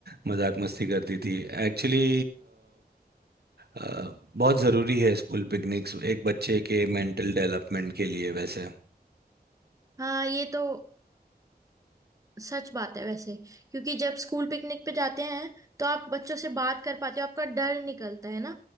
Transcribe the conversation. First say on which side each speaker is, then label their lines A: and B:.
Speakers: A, on the right; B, on the right.
A: मजाक मस्ती करती थी एक्चुअली बहुत ज़रूरी है स्कूल पिकनिक्स एक बच्चे के मेंटल डेवलपमेंट के लिए वैसे
B: हाँ ये तो सच बात है वैसे क्योंकि जब स्कूल पिकनिक पे जाते हैं तो आप बच्चों से बात कर पाते हो आपका डर निकलता है ना